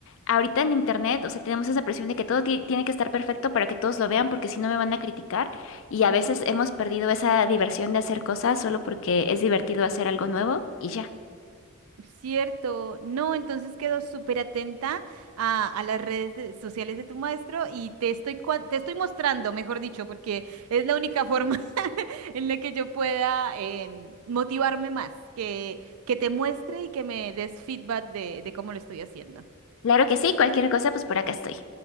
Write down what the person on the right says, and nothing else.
ujú.
Cierto, no, entonces quedo súper atenta a, a las redes de- sociales de tu maestro y te estoy, cua- te estoy mostrando, mejor dicho, porque es la única forma <laughs> en la que yo pueda em, motivarme más, que, que te muestre y que me des feedback de, de cómo lo estoy haciendo.